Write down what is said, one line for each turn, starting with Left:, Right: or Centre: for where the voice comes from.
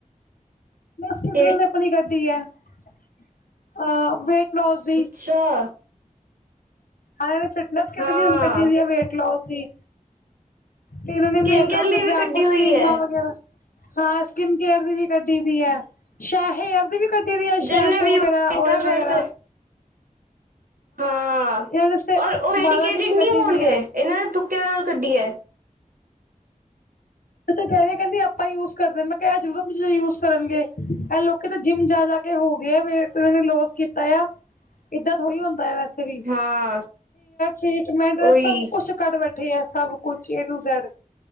Left: ਸਕੂਟਰ
Right: ਕਿਹੜੀ
Left: ਦੀ ਆਪਣੀ ਗੱਡੀ ਹੈ। ਅਹ ਵੇਟ ਲੋਸ ਦੀ
Right: ਅੱਛਾ।
Left: ਹਾਂ ਫਿਟਨੈਸ ਕਿਤੇ
Right: ਹਾਂ
Left: ਵੀ ਹੁਣ ਕੱਢੀ ਸੀ ਹੈ ਵੇਟ ਲੋਸ ਸੀ। ਤੇ ਇਹਨਾ ਨੇ
Right: ਸਕਿਨ
Left: ਮੇਕਅਪ
Right: ਕੇਅਰ ਲਈ
Left: ਦੇ
Right: ਵੀ
Left: ਬਰਾਨਡ
Right: ਕੱਢੀ
Left: ਕੁਛ
Right: ਹੋਈ
Left: ਕਰੀਮਾਂ
Right: ਹੈ
Left: ਵਗੈਰਾ- ਹਾਂ ਸਕਿਨ ਕੇਅਰ ਦੀ ਵੀ ਕੱਢੀ ਦੀ ਹੈ। ਸ਼ਾਇਦ ਹੇਅਰ ਦੀ ਵੀ ਕੱਢ ਦੀ ਹੈ।
Right: ਜਿੰਨੇ
Left: ਸ਼ੈਂਪੂ
Right: ਵੀ
Left: ਵਗੈਰਾ
Right: ਕੀਤਾ
Left: ਓਇਲ
Right: ਫੇਰ
Left: ਵਗੈਰਾ।
Right: ਤੇ ਹਾਂ
Left: ਇਹਨਾਂ ਨੇ ਸ
Right: ਔਰ ਉਹ ਮੈਡੀਕੇਟਿਡ
Left: ਵਾਲਾਂ ਦੀ ਵੀ
Right: ਨਹੀ
Left: ਕੱਢੀ
Right: ਹੋਣਗੇ
Left: ਦੀ ਹੈ
Right: ਇਹਨਾ ਨੇ ਤੁਕਿਆਂ ਨਾਲ ਕੱਢੀ ਹੈ।
Left: ਤੇੂੰ ਕਹਿ ਕਹਿਦੀ ਆਪਾਂ ਯੂਜ ਕਰਦੇ ਮੈਂ ਕਿਹਾ ਜਰੂਰਤ ਯੂਜ ਕਰਨਗੇ ਇਹ ਲੋਕ ਤਾਂ ਜਿਮ ਜਾਿਆਦਾ ਹੋ ਗਏ ਆ ਫੇਰ ਉਹਨਾ ਨੇ ਲੋਸ ਕੀਤਾ ਆ ਏਦਾਂ ਥੋੜ੍ਹੀ ਹੁੰਦਾ ਵੈਸੇ।
Right: ਹਾਂ
Left: ਠੀਕ ਮੈ
Right: ਉਹੀ
Left: ਸਭ ਕੁੱਛ ਕਰ ਬੈਠੇ ਆ ਸਭ ਕੁੱਛ ਏਟੂਜੈਡ।